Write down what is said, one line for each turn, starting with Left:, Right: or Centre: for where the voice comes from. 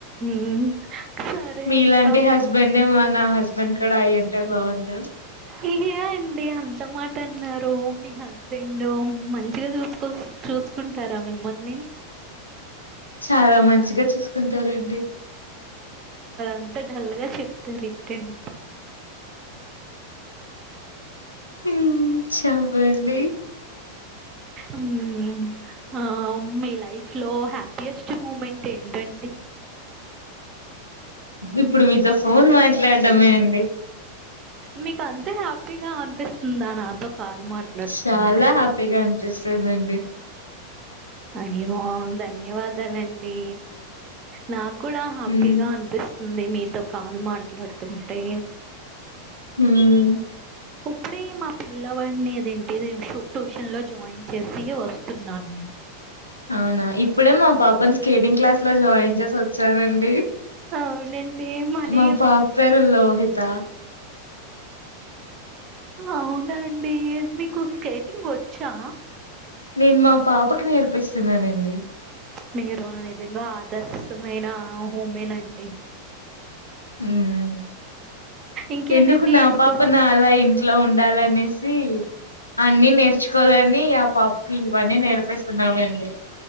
Right: ఉమ్ సరే
Left: మీలాంటి
Right: ఇంకా
Left: హస్బెండే మ న హస్బెండ్ కుడ అయి అంటే బాగుండు
Right: ఇ ఏ అండి అంత మట్టన్నారు మీ హస్బెండు మంచిగా చూసుకో చూసుకుంటారా మిమ్మల్ని
Left: చాలా మంచిగా చూసుకుంటారండి
Right: ఎంత డల్ గా చెప్తారు ఇంటన్
Left: హూ చెప్పండి
Right: ఉమ్ ఆ ఒ మేలా లైఫ్ లో హ్యాపీయెస్ట్ మూమెంట్ ఏంటండి
Left: ఇప్పుడు మీతో ఫోన్ మాట్లాడమే అండి
Right: మీకు అంతే హ్యాపీగా అనిపిస్తుందా నాతో కాల్ మాట్లాడుతుంటే
Left: చాలా హ్యాపీగా అనిపిస్తుందండి
Right: అయ్యో ధన్యవాదాలండి నాక్ కూడా హ్యాపీగా
Left: హ్మ్
Right: అనిపిస్ ఉంది మీతో కాల్ మాట్లాడుతుంటే
Left: హ్మ్
Right: పుడే మా పిల్లవాడ్ని అద్ ఏంటిది షూ ట్యూషన్ లో జాయిన్ చేసి వస్తు నార్మల్
Left: అవునా ఇప్పుడే మా పాపన్ స్కేటింగ్ క్లాస్ లో జాయిన్ చేస్ ఒచ్చం సనండి
Right: అవునండి మనీ
Left: మా పాప్ పేరు లోహిత
Right: అవునా అండి మీకు స్కేటింగ్ వచ్చా
Left: నేను మా పాపకు నేర్పిస్తున్నానండి
Right: మీరు నిజంగా ఆదర్శమైన హోమేనండి
Left: ఉమ్
Right: ఇంకేమేమి
Left: ఎందుకు నా
Right: స్కూ
Left: పాప నాలయి న్ ఇంట్లో ఉండాలనేసి అన్నిీ నేర్చుకోవాలని ఆ పాపకి ఇవన్నీ నేర్పిస్తున్నామండి